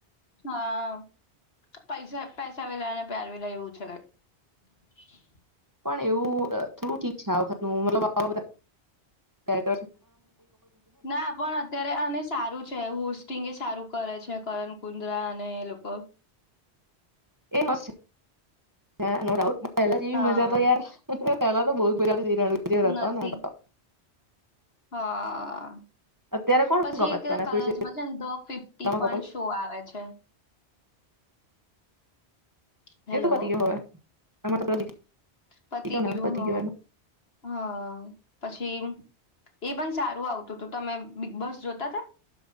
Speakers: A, on the left; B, on the right.
A: હા, પૈસા પૈસા વિલાને પ્યાર વિલાવું છે કઈ.
B: પણ એવું થોડું ઠીક છે આ વખતનું મતલબ આવા બધા કે
A: ના પણ અત્યારે અને સારું છે હું સ્ટિંગ એ સારું કરે છે કરણ કુંદ્રા અને એ લોકો.
B: એ મસ્ત છે, <inaudible> અ નો ડાઉટ. બટ પેલા જેવી
A: હા
B: મજા તો યાર. પહેલા તો બો જ બધી તી તી. રણવીર હતો
A: નથી
B: ને આજ તો?
A: હા.
B: અત્યારે કોણ
A: પછી
B: ગમે
A: એક
B: તને
A: પેલા કલર્સમાં
B: સ્પીડ
A: છે ને તો ધ ફિફ્ટી
B: શિલામાં
A: પણ
B: કપલ
A: શો આવે છે. હેલો,
B: એ તો પતી ગયો હવે એમાં તો પેલો
A: પતિ
B: થઈ ગયો ને
A: ગ્યું
B: પતી
A: હ,
B: ગયો એનો
A: હા. પછી એ પણ સારું આવતું તું તમે બિગ બૉસ જોતા તા?